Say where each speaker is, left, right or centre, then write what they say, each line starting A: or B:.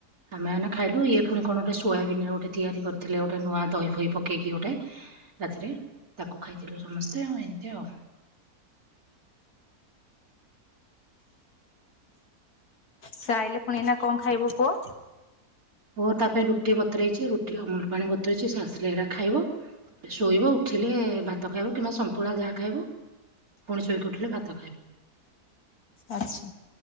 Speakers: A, on the right; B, on the left.
A: ଆମେମାନେ ଖାଇଲୁ ଇଏ ପୁଣି କଣ ଗୋଟେ ସୋୟାବିନରେ ଗୋଟେ ତିଆରି କରିଥିଲେ ଗୋଟେ ନୂଆ ଦହି ଫହି ପକେଇକି ଗୋଟେ? ରାତିରେ ତାକୁ ଖାଇଥିଲୁ ସମସ୍ତେ ଆଉ ଏମିତି ଆଉ।
B: ସେ ଆଇଲେ ପୁଣି ଏନା କଣ ଖାଇବ ପୁଅ?
A: ପୁଅ ତା ପାଇଁ ରୁଟି ବତରଇଛି ରୁଟି ଅମୁଳ ପାଣି ବତରଇଛି ସେ ଆସିଲେ ଏଇଟା ଖାଇବ। ଶୋଇବ ଉଠିଲେ ଭାତ ଖାଇବ କିମ୍ବା ସନ୍ତୁଳା ଯାହା ଖାଇବ। ପୁଣି ଶୋଇ ଉଠିଲ ଭାତ ଖାଇବ।
B: <inaudible> ଆଛା